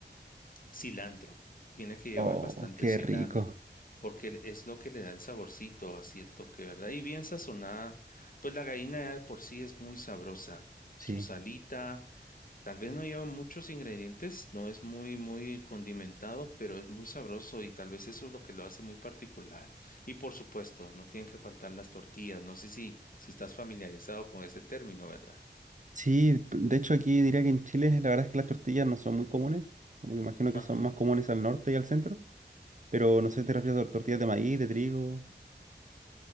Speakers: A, on the left (about 50°); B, on the right (about 45°).
A: cilantro. Tiene que llevar
B: Oh,
A: bastante
B: qué
A: cilantro,
B: rico.
A: porque es lo que le da el saborcito, así el toque, ¿verdad? Y bien sazonada, pues la gallina ya de por sí es muy sabrosa. Su
B: Sí.
A: salita Tal vez no lleva muchos ingredientes, no es muy, muy condimentado, pero es muy sabroso y tal vez eso es lo que lo hace muy particular. Y por supuesto, no tienen que faltar las tortillas. No sé si, si estás familiarizado con ese término, ¿verdad?
B: Sí, p- de hecho aquí diría que en Chile la verdad es que las tortillas no son muy comunes. Como que imagino que
A: Ajá.
B: son más comunes al norte y al centro. Pero no sé si te refieres a tortillas de maíz, de trigo.